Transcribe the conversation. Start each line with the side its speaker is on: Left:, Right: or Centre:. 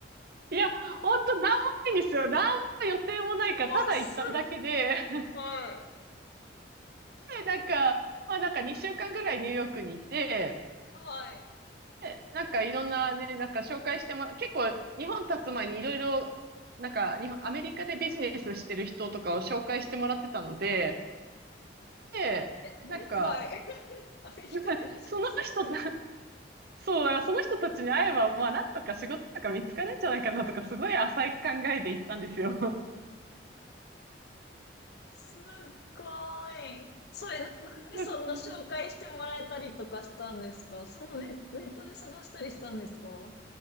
Right: いや、ほんと、なんもないんですよ。なんも予定もないから、
Left: お、
Right: ただ行っただけで、
Left: す
Right: <laughs>
Left: ごい。はい。面白い。
Right: で、なんか、まあなんか2週間ぐらいニューヨークに行って、
Left: はい。
Right: でなんかいろんなね、なんか紹介してもら、結構日本立つ前にいろいろ、なんか日本、アメリカでビジネスしてる人とかを紹介してもらってたので、で、
Left: え、
Right: なんか、
Left: え、はい。<laughs> アメリカでビジネスしてる人。
Right: <laughs> その人た、そう、だからその人たちに会えば、まあなんとか仕事とか見つかるんじゃないかなとか、すごい浅い考えで行ったんですよ。
Left: すっごい。それ、ななんでそんな紹介してもらえたりとかしたんですかそのネ、
Right: <laughs>
Left: ネットで探したりしたんですか